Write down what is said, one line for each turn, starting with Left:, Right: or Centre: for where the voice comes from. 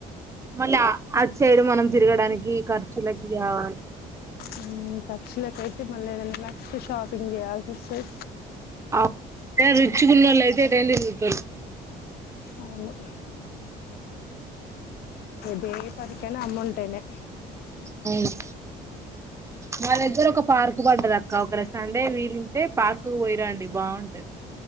Right: మళ్ళీ అ సైడు మనం తిరగడానికి ఖర్చులకి కావాలి
Left: ఉ ఖర్చులకె అయితే మళ్ళీ ఏదైన్నానా నచ్చితే షాపింగ్ చేయాల్సి వస్తది
Right: అ టే రిచ్ గునోళ్లు అయితే ఎట్టైనా తిరుగుతారు
Left: అవును డే పది కే అమ్మౌంటనే
Right: అవును మా దేగ్గర ఒక పార్క్ క్కు పడది అక్క ఒకరు సండే వీలుంటే పార్క్ పోయి రండి బాగుంటది